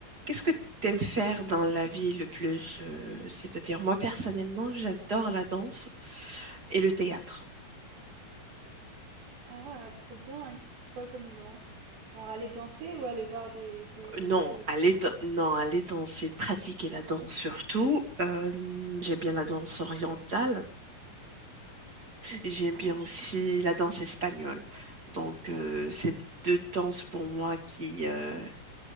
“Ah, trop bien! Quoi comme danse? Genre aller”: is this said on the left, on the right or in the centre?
Right